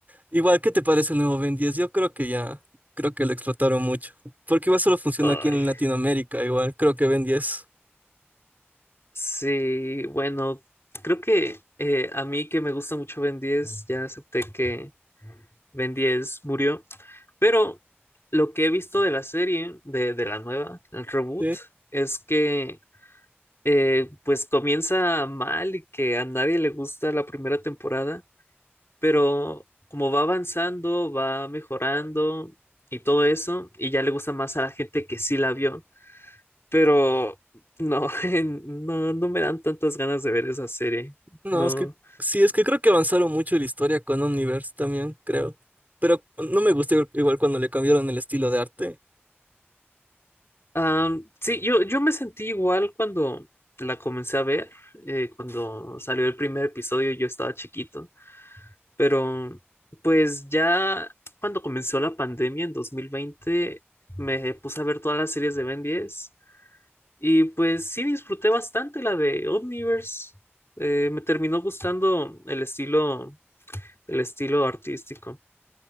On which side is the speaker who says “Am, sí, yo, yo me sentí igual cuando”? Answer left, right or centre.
Left